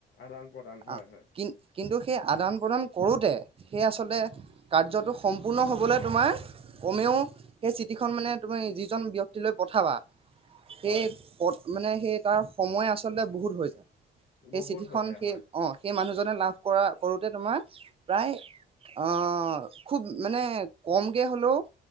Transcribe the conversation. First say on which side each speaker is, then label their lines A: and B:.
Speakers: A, on the left; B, on the right.
A: আদান প্ৰদান হয়
B: আহ
A: হয়।
B: কি কিন্তু সেই আদান প্ৰদান কৰোঁতে সেই আচলতে কাৰ্যটো সম্পূৰ্ণ হ'বলৈ তোমাৰ কমেও সেই চিটিখন মানে তুমি যিজন ব্যয়ক্তিলৈ পঠাবা। সেই
A: হয়
B: পথ মানে সেই তাৰ সময় আচলতে বহুত হৈ যায়।
A: বহুত
B: সেই চিঠিখনন
A: হৈ যায়
B: সেই
A: হয়
B: অ'। সেই মানুহজনে লাভ কৰা কৰোঁতে তোমাৰ প্ৰায় অ'। অ', খুব মানে কমকৈ হ'লেও